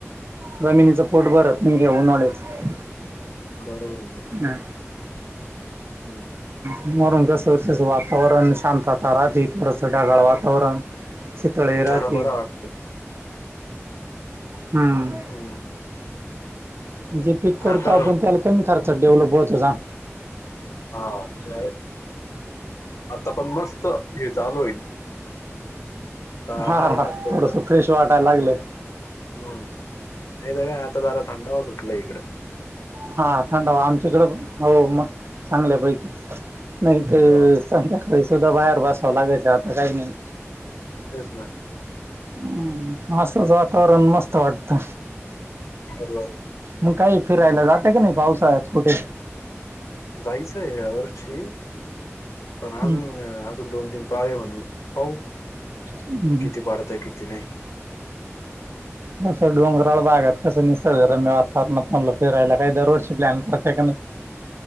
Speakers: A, on the right (about 55°); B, on the left (about 85°).
A: जमिनीचं पोट भरत नाही ऊनहळ्याचे.
B: बरोबर ये बरोबर.
A: ना.
B: हम.
A: म्हरून कस तस वातावरण शांतता राहधी थोडसं ढगाळ वातावरण. शीतळे
B: जरा
A: राहती
B: बरा वाटत
A: हम्म.
B: हो.
A: जे पिक करतो
B: आता
A: आपण त्याला कमी खर्चात डेव्हलप व्हातो सां
B: हा आता पण मस्त हे चालू होईल. आता
A: हा
B: हाय
A: हा
B: वाटतं उद्या
A: थोडस फ्रेश वाटायला लागलं.
B: हम्म नाही तर काय आता जरा थंडावा सुटलाय.
A: हा थंडावा आमच्याकडे पण हो मग चांगल्या पैकी. नाही तर
B: हा
A: संध्याकाळी सुद्धा बाहेर बसावं लागायचं आता काही नाही.
B: तेच ना.
A: हम मस्तच वातावरण मस्त वाटत.
B: बरोबर
A: मग काही फिरायला जात्या का नाही पावसाळ्यात कुटे.
B: जायचं आहे या वर्षी पण अजून
A: हम्म,
B: अजून दोन तीन प्रळय म्हू पाऊ
A: हम्म,
B: किती बाढत किती नाही <unintelligible>
A: कसं डोंगराळ बागात कसं निसर्गरम्य वातावरणात म्हणलो फिरायला काही दरवर्षी प्लॅन करतेय का नाही.